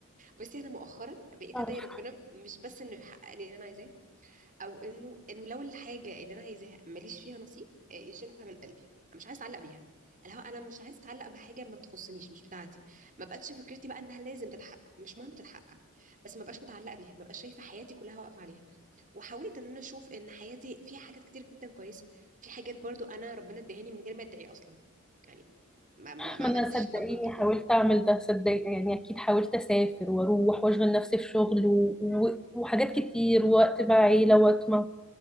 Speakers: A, on the right; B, in the centre.
A: بصي انا مؤخرا بقيت
B: <laughs> عارفة.
A: ادعي ربنا مش بس انه يحقق لي اللي انا عايزاه او انه انه لو الحاجه اللي انا عايزاها ماليش فيها نصيب آه، يشيلها من قلبي مش عايز اتعلق بيها اللي هو انا مش عايز اتعلق بحاجه ما تخصنيش مش بتاعتي ما بقتش فكرتي بقى انها لازم تتحقق مش مهم تتحقق بس ما بقاش متعلقه بيها ما بقاش شايفه حياتي كلها واقفه عليها وحاولت ان انا اشوف ان حياتي فيها حاجات كتير جدا كويسه في حاجات برضو انا ربنا اداهاني من غير ما ادعي اصلا يعني ما ما ما
B: ما
A: عملتش
B: انا صدقيني
A: المجهود ده كله.
B: حاولت اعمل ده صدق يعني اكيد حاولت اسافر واروح واشغل نفسي في شغل و... و... وحاجات كتير وقت مع عيله وقت مع